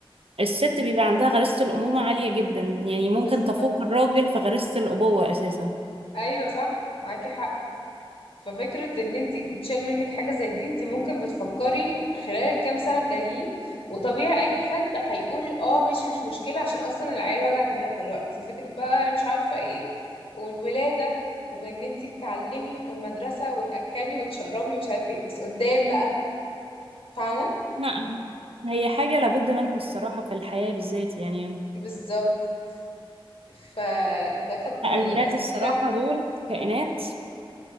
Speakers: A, on the right; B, on the left.
A: الست بيبقى عندها غريزة الأمومة عالية جدا يعني ممكن
B: بالظبط
A: تفوق الراجل في غريزة الأبوة أساسا
B: ايوه صح معاكي حق ففكرة ان انتي تتشال منك حاجة زي دي انتي ممكن بتفكري خلال الكام سنة الجايين وطبيعي اي حد هيقول اه ماشي مش مشكلة عشان اصلا العيال وجع دماغ دلوقتي فكرة بقى مش عارفة ايه والولادة وان انتي تتعلمي والمدرسة وتأكلي وتشربي ومش عارفة ايه بس قدام بقى فاهمة
A: لا هي حاجة لابد منها الصراحة في الحياة بالذات يعني
B: بالظبط فده كانت
A: لا،
B: من
A: الولاد
B: الأسئلة
A: الصراحة دول كائنات